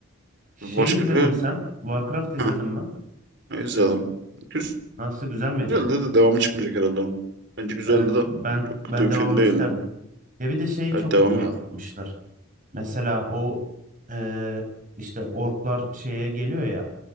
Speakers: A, on the right (about 40°); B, on the right (about 55°).
A: Şey
B: başka
A: izledin
B: bir...
A: mi sen? Warcraft izledin
B: Heh,
A: mi?
B: izleyelim. Güzeldi
A: Nasıl güzel miydi?
B: de devamı çıkmayacak herhalde onun. Bence güzeldi
A: Evet
B: de.
A: ben
B: Çok kötü
A: ben
B: bir
A: devamını
B: film değildi.
A: isterdim. Ya bir de şeyi
B: Evet
A: çok
B: devamı.
A: kötü yapmışlar. Mesela o eee, işte orklar şeye geliyor ya